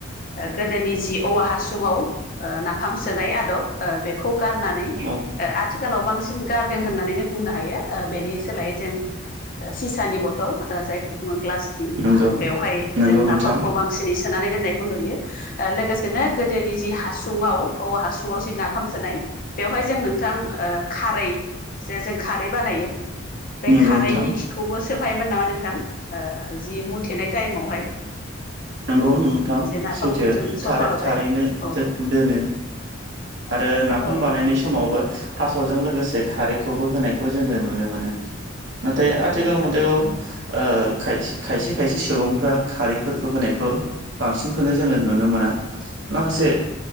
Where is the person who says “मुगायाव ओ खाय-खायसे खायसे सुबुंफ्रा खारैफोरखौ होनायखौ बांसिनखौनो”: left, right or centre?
Right